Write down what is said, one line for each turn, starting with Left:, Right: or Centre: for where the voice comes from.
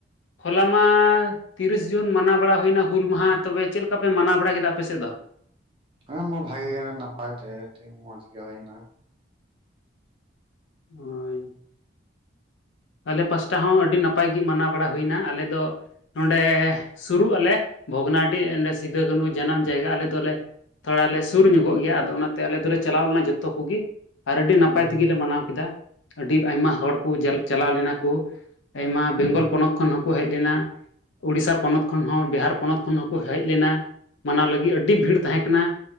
Left: ᱦᱚᱞᱟ ᱢᱟᱻ ᱛᱤᱨᱤᱥ ᱡᱩᱱ ᱢᱟᱱᱟᱣ ᱵᱟᱲᱟ ᱦᱩᱭᱱᱟ ᱦᱩᱞ ᱢᱟᱦᱟ ᱛᱚᱵᱮ ᱪᱮᱫ ᱞᱮᱠᱟ ᱯᱮ ᱢᱟᱱᱟᱣ ᱵᱟᱲᱟ ᱠᱮᱫᱟ ᱟᱯᱮᱥᱮᱫ ᱫᱚ?
Right: ᱟᱢ ᱦᱚ ᱵᱷᱟᱜᱤ ᱜᱮ ᱱᱟᱯᱟᱭ ᱛᱮ ᱢᱚᱡᱽ ᱜᱮ ᱦᱩᱭ‌ᱱᱟ᱾
Left: ᱦᱳᱭ ᱟᱞᱮ ᱯᱟᱥᱴᱟ ᱦᱚᱸ ᱟᱹᱰᱤ ᱱᱟᱯᱟᱭ ᱜᱤ ᱢᱟᱱᱟᱣ ᱵᱟᱲᱟ ᱦᱩᱭᱱᱟ ᱟᱞᱮ ᱫᱚ ᱱᱚᱸᱰᱮ ᱥᱩᱨᱩᱜ ᱟᱞᱮ ᱵᱷᱚᱜᱽᱱᱟᱰᱤ ᱚᱸᱰᱮ ᱥᱤᱫᱩ ᱠᱟᱹᱱᱩ ᱡᱟᱱᱟᱢ ᱡᱟᱭᱜᱟ ᱟᱞᱮ ᱫᱚᱞᱮ ᱛᱷᱚᱲᱟ ᱞᱮ ᱥᱩᱨ ᱧᱚᱜᱚᱜ ᱜᱤᱭᱟ ᱟᱫᱚ ᱚᱱᱟᱛᱮ ᱟᱞᱮ ᱫᱚᱞᱮ ᱪᱟᱞᱟᱣ ᱞᱮᱱᱟ ᱡᱚᱛᱚ ᱠᱚᱜᱮ, ᱟᱨ ᱟᱹᱰᱤ
Right: ᱦᱩᱸ
Left: ᱱᱟᱯᱟᱭ ᱛᱮᱜᱮᱞᱮ ᱢᱟᱱᱟᱣ ᱠᱤᱫᱟ ᱟᱹᱰᱤ ᱟᱭᱢᱟ ᱦᱚᱲ ᱠᱚ ᱡᱟ ᱪᱟᱞᱟᱣ ᱞᱮᱱᱟ ᱠᱩ᱾ ᱟᱭᱢᱟ
Right: ᱦᱩᱸ
Left: ᱵᱮᱝᱜᱚᱞ ᱯᱚᱱᱚᱛ ᱠᱷᱚᱱ ᱦᱚᱸᱠᱚ ᱦᱮᱡ ᱞᱮᱱᱟ᱾ ᱩᱬᱤᱥᱥᱟ ᱯᱚᱱᱚᱛ ᱠᱷᱚᱱ ᱦᱚᱸ ᱵᱤᱦᱟᱨ ᱯᱚᱱᱚᱛ ᱠᱷᱚᱱ ᱦᱚᱸᱠᱚ ᱦᱮᱡ ᱞᱮᱱᱟ᱾ ᱢᱟᱱᱟᱣ ᱞᱟᱹᱜᱤᱫ ᱟᱹᱰᱤ ᱵᱷᱤᱲ ᱛᱟᱦᱮᱸ ᱠᱟᱱᱟ᱾